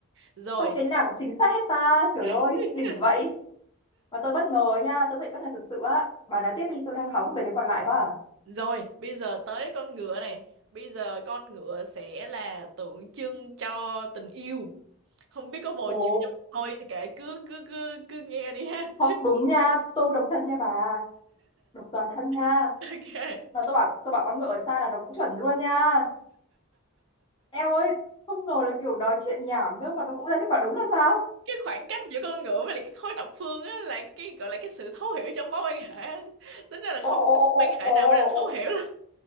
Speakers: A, on the right (about 55°); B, on the left (about 20°).
A: rồi
B: sao cái nào cũng chính xác hết ta trời ơi
A: <laughs>
B: đỉnh vậy Và tôi bất ngờ ấy nha, tôi bị bất ngờ thực sự á. Bà nói tiếp đi, tôi đang háo hức về cái còn lại quá à.
A: rồi bây giờ tới con ngựa này bây giờ con ngựa sẽ là tượng trưng cho tình yêu không biết có bồ
B: Ồ,
A: chưa nhưng mà thôi thì kệ cứ cứ cứ cứ nghe đi ha
B: không đúng nha, tôi độc thân nha bà. Độc toàn thân nha.
A: <laughs> ok
B: Mà tôi bảo tôi bảo con ngựa ở xa là nó cũng chuẩn luôn nha. Eo ơi, không ngờ là kiểu nói chuyện nhảm nữa mà nó cũng ra kết quả đúng là sao?
A: cái khoảng cách giữa con ngựa với lại cái khối độc phương á là cái gọi là cái sự thấu hiểu trong mối quan hệ á. tính ra là
B: Ồ,
A: không
B: ồ,
A: có cái
B: ồ,
A: mối
B: ồ,
A: quan hệ
B: ồ,
A: nào mới là
B: ồ,
A: thấu hiểu
B: ồ,
A: đâu